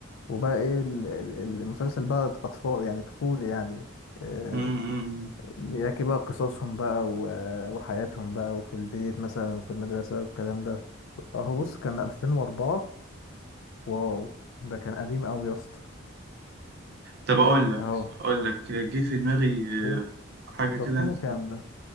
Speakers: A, on the left; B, on the right.
A: وبقى إيه ال- ال- المسلسل بقى أطفال يعني طفولي يعني آه،
B: أمم، أمم، أمم.
A: بيحكي بقى قصصهم بقى و- وحياتهم بقى وفي البيت مثلا وفي المدرسة والكلام ده أهو بص كان 2004 واو ده كان قديم أوي يا اسطى
B: طب اقول لك
A: أهو
B: اقول لك جه في دماغي
A: تقييمه
B: حاجه كده
A: تقييمه
B: انا سمعتها
A: كام ده؟